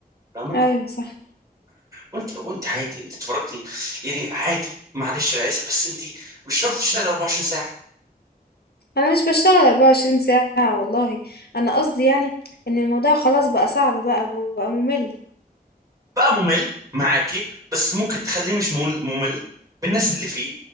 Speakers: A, on the right (about 20°); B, on the left (about 80°).
A: فاهمه
B: ايوه صح
A: وانت وانت عادي انت اتفرجتي يعني عادي معلش انا اسف بس انت مش شرط تشتغل 24
B: انا مش بشتغل 24 ساعة والله انا قصدي يعني ان الموضوع خلاص بقى صعب بقى بقى ممل
A: بقى ممل معاكي بس ممكن تخليه مش مول- ممل بالناس اللي فيه